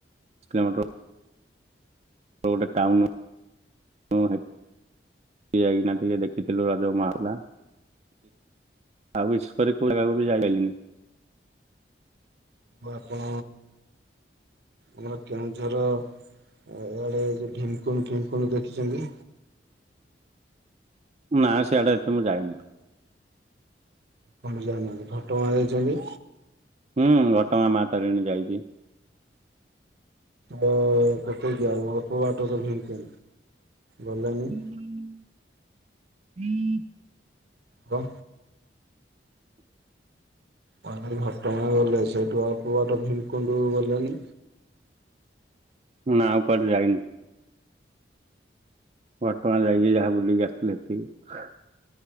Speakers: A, on the right (about 35°); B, on the right (about 60°).
A: କିଲୋମିଟର। ଆ ଗୋଟେ ଟାଉନ ଉଁ ଯାଇକିନା ଟିକେ ଦେଖିଥିଲୁ ରଜ ମା <unintelligible> ହେଲା। ଆଉ ବିଶ କରି କଉ ଜାଗାକୁ ବି ଯାଇ ପାଇଲି ନି।
B: ବୁ ଆପଣ ଆମର କେଉଁଝର ଇଆଡ଼େ ଯେ ଭୀମକୁଣ୍ଡ ଭିମକୁଣ୍ଡ ଦେଖିଛନ୍ତି?
A: ନା ସେଆଡେ ତ ମୁଁ ଯାଇନି।
B: କଣ ଜାନାହାନ୍ତି ଘଟଗାଁ ଯାଇଛନ୍ତି?
A: ହୁଁ ଘଟଗାଁ ମା ତାରିଣୀ ଯାଇଛି।
B: ବ ଗଟେକି ଆଉ ଅଳ୍ପ ବାଟ ସେଠିକି ଗଲେନି।
A: <unintelligible>
B: ଗ୍ ଘଟ ଗାଁ ଗଲେ ସେଇଠୁ ଅଳ୍ପ ବାଟ ଭୀମ କୁଣ୍ଡୁ ଗଲେନି?
A: ନାଁ ଆଉ କୁଆଡେ ଯାଇନୁ। ଘଟ ଗାଁ ଯାଇକି ଯାହା ବୁଲିକି ଆସିଥିଲେ ସେତିକି।